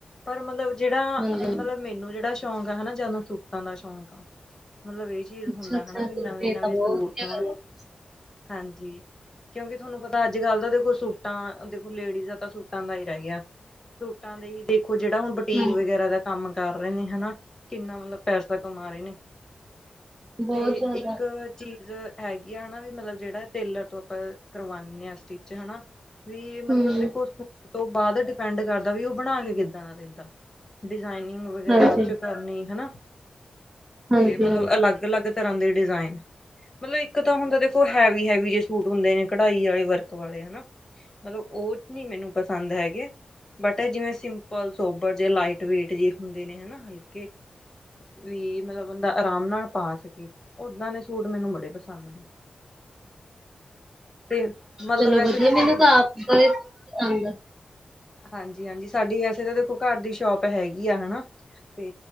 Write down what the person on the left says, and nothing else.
ਪਰ ਮਲਬ ਜੇੜਾ
ਮਲਬ ਮੈਨੂੰ ਜੇੜਾ ਸ਼ ਸ਼ੌਂਕ ਆ ਹਨਾ ਜਾਦਾ ਸੂਟਾਂ ਦਾ ਸ਼ੌਂਕ ਆ। ਮਲਬ ਏ ਚੀਜ਼
ਹੁੰਦਾ ਹਨਾ ਵੀ ਨਵੇਂ
ਨਵੇ
ਸੂਟ
ਹੋਨ
ਹਾਂਜੀ। ਕਿਉਂਕਿ ਤੁਹਾਨੂੰ ਪਤਾ ਅੱਜ ਕੱਲ ਤਾਂ ਦੇਖੋ ਸੂਟ ਟਾਂ ਦੇਖੋ ਲੇਡੀਜ ਦਾ ਤਾਂ ਸੂਟਾਂ ਦਾ ਈ ਰੈ ਗਿਆ। ਸੂਟਾਂ ਦੇ ਈ ਦੇਖੋ ਜੇੜਾ ਹੁਣ ਬੁਟੀਕ
ਵਗੈਰਾ ਦਾ ਕੰਮ ਕਰ ਰਹੇ ਨੇ ਹਨਾ ਕਿੰਨਾ ਮਤਲਬ ਪੈਸਾ ਕਮਾ ਰਹੇ ਨੇ।
ਤੇ
ਇੱਕ ਚੀਜ਼ ਹੈਗੀ ਆ ਹਨਾ ਵੀ ਮਤਲਬ ਜੇੜਾ ਟੇਲਰ ਤੋਂ ਆਪਾਂ ਕਰਵਾਨੇ ਆਂ ਸਟਿਚ ਹਨਾ ਵੀ ਮਤਲਬ
ਦੇਖੋ ਤੋਂ ਬਾਦ ਡਿਪੈਂਡ ਕਰਦਾ ਵੀ ੳ ਬਣਾ ਕੇ ਕਿੱਦਾਂ ਦਾ ਦਿਂਦਾ। ਡਿਜ਼ਾਇਨਿੰਗ ਵਗੈਰਾ
ੳਚੋ ਕਰਨੀ ਹਨਾ,
ਤੇ ਮਲਬ ਅਲੱਗ ਅਲੱਗ ਤਰ੍ਹਾਂ ਦੇ ਡਿਜ਼ਾਇਨ ਮਤਲਬ ਇੱਕ ਤਾਂ ਹੁੰਦਾ ਦੇਖੋ ਹੈਵੀ- ਹੈਵੀ ਜੇ ਸੂਟ ਹੁੰਦੇ ਨੇ ਕਢਾਈ ਵਾਲੇ ਵਰਕ ਵਾਲੇ। ਹਨਾ। ਮਤਲਬ ਉਹ ਨੀ ਮੈਨੂੰ ਪਸੰਦ ਹੈਗੇ। ਬਟ ਜਿਵੇਂ ਸਿੰਪਲ ਸੋਬਰ ਜੇ ਲਾਈਟ ਵੇਟ ਜੇ ਹੁੰਦੇ ਨੇ ਹਨਾ ਹਲਕੇ। ਵੀ ਮਤਲਬ ਬੰਦਾ ਆਰਾਮ ਨਾਲ ਪਾ ਸਕੇ ਓਦਾਂ ਨੇ। ਸੂਟ ਮੈਨੂੰ ਬੜੇ ਪਸੰਦ ਨੇ। ਤੇ ਮਤਲਬ
ਵੈਸੇ
ਤਾਂ ਸਾਡੇ
ਹਾਂਜੀ- ਹਾਂਜੀ। ਸਾਡੀ ਵੈਸੇ ਤਾਂ ਦੇਖੋ ਘਰ ਦੀ ਸ਼ੋਪ ਹੈਗੀ ਆ ਹਨਾ। ਤੇ